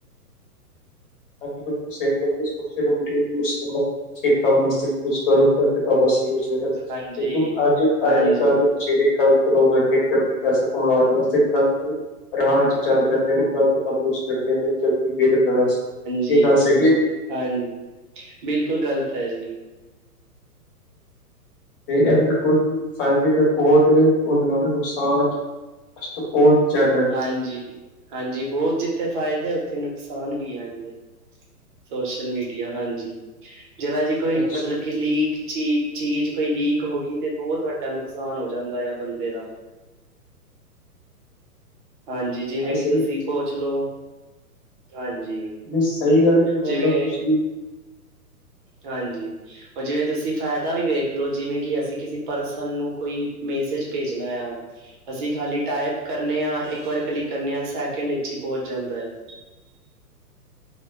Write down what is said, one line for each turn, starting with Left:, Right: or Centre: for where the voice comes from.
Left: ਹੰਜੀ ਬਿਲਕੁਲ ਸਹੀ ਕਹਿ ਰਿਹੋ, ਸੋਸ਼ਲ ਮੀਡਿਆ ਯੂਸ ਕਰੋ ਸਹੀ ਕੰਮ ਵਾਸਤੇ। ਯੂਸ ਕਰੋ ਗਲਤ ਕੰਮ ਵਾਸਤੇ ਯੂਸ ਨਾ ਕਰੋ
Right: ਹਾਂਜੀ
Left: ਲੇਕਿਨ ਅੱਜ-ਅੱਜ
Right: ਹਾਂਜੀ
Left: ਕੱਲ <unintelligible> ਪੈਸਾ ਕਮਾਣ ਵਾਸਤੇ ਗਲਤ ਰਾਹ ਵਿੱਚ ਚੱਲ ਪੈਂਦੇ ਨੇ, ਗ਼ਲਤ ਕੰਮ <unintelligible> ਕਰਦੇ ਨੇ, ਜਲਦੀ <unintelligible>
Right: ਜੀ
Left: ਗੱਲ ਸਹੀ ਹੈ ਜੀ।
Right: ਹਾਂ, ਬਿਲਕੁਲ ਗ਼ਲਤਏ ਜੀ।
Left: ਤੇ ਐ ਦੇ ਦੇਖੋ ਜੀ ਫਾਇਦੇ ਤੇ ਬੋਹਤ ਏ ਹੋਰ ਨਾਲੇ ਨੁਕਸਾਨ। ਉਸ ਤੋਂ ਬੌਤ ਜਾਦਾ।
Right: ਹਾਂਜੀ -ਹਾਂਜੀ ਬੋ ਜਿੱਥੇ ਫਾਇਦੇ ਉੱਥੇ ਨੁਕਸਾਨ ਵੀ ਆ ਹਾਂਜੀ। ਸੋਸ਼ਲ ਮੀਡੀਆ ਹਾਂਜੀ ਜਰਾ ਜੀ ਕੋਈ
Left: ਅੱਛਾ,
Right: ਮਤਲਬ ਕਿ ਲੀਕ ਚੀ ਚੀਜ਼ ਕੋਈ ਲੀਕ ਹੋ ਗੀ ਤੇ ਬੌਤ ਵੱਡਾ ਨੁਕਸਾਨ ਹੋ ਜਾਂਦਾ ਆ ਬੰਦੇ ਦਾ। ਹਾਂਜੀ ਜਿਵੇਂ
Left: ਹਾਂ
Right: ਕਿ
Left: ਸਹੀ
Right: ਤੁਸੀਂ ਪੋਚ ਲੋ ਹਾਂਜੀ
Left: ਨੀ ਸਈ ਗੱਲ ਐ ਕਿ ਮਾਨ
Right: ਜਿਵੇਂ
Left: ਲੋ ਤੁਸੀਂ
Right: ਹਾਂਜੀ ਹੁਨ ਜਿਵੇਂ ਤੁਸੀਂ ਫਾਇਦਾ ਵੀ ਵੇਖ ਲੋ ਜਿਵੇਂ ਕਿ ਅਸੀਂ ਕਿਸੀ ਪਰਸਨ ਨੂੰ ਕੋਈ ਮੈਸੇਜ ਭੇਜਨਾ ਆ ਅਸੀਂ ਖਾਲੀ ਟਾਈਪ ਕਰਨੇ ਆ ਇੱਕ ਵਾਰ ਕਲਿੱਕ ਕਰਨੇ ਆ ਸੈਕਿੰਡ ਇਚ ਹੀ ਪਹੁੰਚ ਜਾਂਦਾ ਆ।